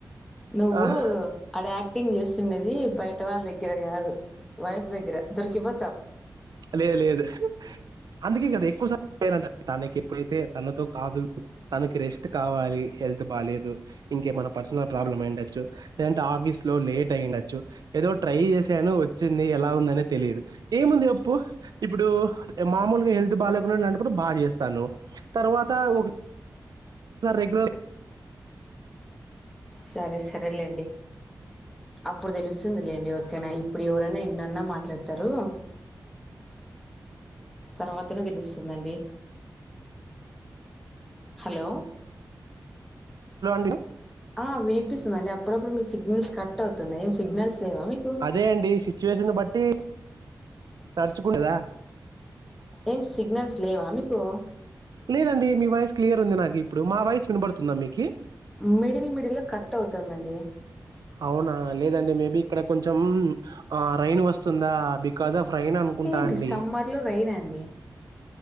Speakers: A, in the centre; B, on the right.
A: నువవు
B: ఆహా
A: అడ ఎటింగ్ చేస్తున్నది బయట పెట్ట వాళ్ళ దగ్గర కాదు వైపు దగరరా దరకివ
B: లేదు లేదు అందుకే కదా ఎక్కువసార్ంటారు దానేకి ఎప్పుడైతే తనతో కాదు తనకి రెస్ట్ కావాలి హెల్త్ బాదు ఇంకే మన పర్సనల్ ప్రాబ్లమ్ అయిండచ్చు లేంటే ఆఫీస్ లో లేట్ అయ్యండచ్చు ఏదో ట్రై చేశాను వచ్చింది ఎలా ఉందనే తెలియదు ఏముంది అప్పు ఇప్పుడు మామూలుగా హెల్త్ బాగా లేకుండా లాంటప్పుడు బాగా చేస్తాను తర్వాత ఒక సార్ రెగలర్
A: సరే సరేలేండి అప్పుడు తెలుస్తుందిలేండి ఎవరికైనా ఇప్పుడు ఎవరైనా ఎన్నన్నా మాట్లాడతారు తర్వాతనే తెలుస్తుందండి హలో
B: డి
A: ఆ వినిపిస్తుంది అండి అప్పుడప్పుడు మీ సిగ్నల్స్ కట్ అవుతున్నాయి సిగ్నల్స్ లేవా మీకు
B: అదే అండి సిచ్యువేషన్ బట్టి తడుచుకుండదా
A: ఏం సిగ్నల్స్ లేవా అ కు
B: లేదండి మీ వాయిస్ క్లియర్ ఉంది నాకు ఇప్పుడు మా వాయిస్ వినబడుతుందా మీకు
A: మిడిల్ మిడిల్ కట్ అవుతుందండి
B: అవునా లేదండి మేబి ఇక్కడ కొంచెం ఆ రైన్ వస్తుందా బికాస్్ ఆఫ్ రైన్ అనుకుంటా
A: ఏ
B: అండి
A: డిసెంబర్ లో రనండి